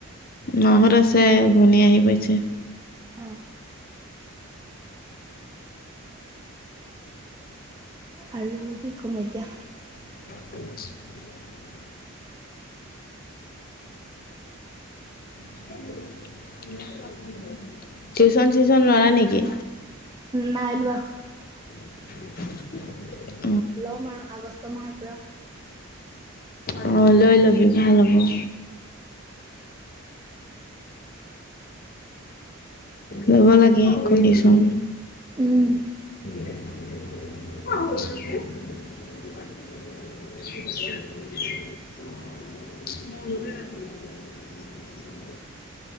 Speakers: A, on the left; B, on the right.
A: মাহত আছে ভনিয়ে আহি পাইছে।
B: অ আৰু কি কম এতিয়া
A: <inaudible> <unintelligible> টিউচন চিউচন লোৱা নেকি?
B: নাই লোৱা
A: <unintelligible>
B: ল'ম আৰু আগষ্ট মাহৰ পৰা।
A: উম লৈ লবি ভাল হ'ব। লব লাগে কৈ দিচুং
B: উম।
A: <unintelligible> <unintelligible>